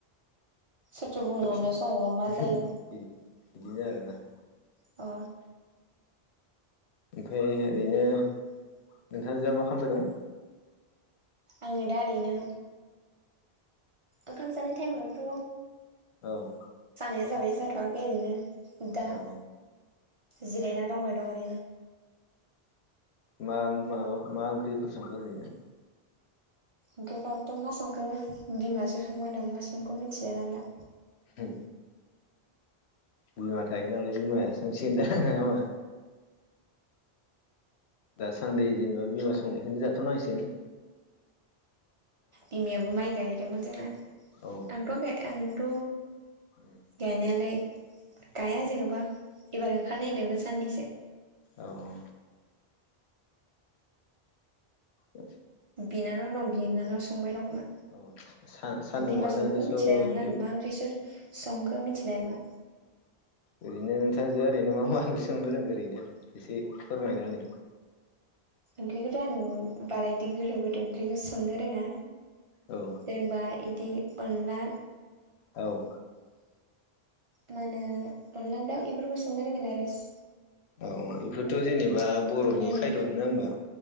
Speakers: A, on the right; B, on the left.
A: सोरथो बुंनो
B: जोबस्रां
A: हानो
B: उमहो
A: समाव मा जायो
B: बिदि बिदिनो आरोना
A: अ
B: ओमफाय ओरैनो नोंथांजोहा मा खालामबाय दं?
A: आङो दा ओरैनो ओंखाम जानाय टाइमावथ'
B: औ
A: जानाया जाबाय जाथ'वाखै ओरैनो दा
B: औ
A: जिरायना दंबाय दं ओरैनो
B: मा माबा मा ओंख्रिफोर संखो ओरैनो
A: ओंख्रिफ्राथ' मा संखो बिमासो संबाय दों मा संखो मिथिलाय लांला
B: हो बिमा थायो नालाय बिमाया संसिगोन दा नङा होमबा दासान्दि जोङो बिमा संनायखोनो जाथ'नांसिन
A: बिमायाबो माइ गायहैदोंमोन जोंना
B: औ
A: आंथ' गाया आंथ'
B: औ
A: गायनायलाय गाया जेन'बा एबार ओंखार नायदोंमोन साननैसो
B: औ अ ओ
A: बिनानाव दं गिनानाव संबाय दं खोमा
B: औ सान्दुंआनो
A: बिमा संखो
B: दस'
A: मिथिलाय
B: ओरैनो
A: लांला आं मा ओंख्रिसो संखो मिथिलाय लांला
B: ओरैनो नोंथांजोआ ओरैनो मा मा ओंख्रि संनो रोंगो ओरैनो एसे फोरमायना होनाय
A: ओंख्रिखौथ' आं बारा इदि गोरो बोदो ओंख्रिखौ संनो रोङा।
B: औ
A: रोंबा इदि अनला
B: औ
A: मा होनो अनलानि दाउ इफोरखो संनो रोंगोन आरोस
B: औ इफोरथ' जेनेबा बर'नि
A: उम
B: खायद'आनो होमबा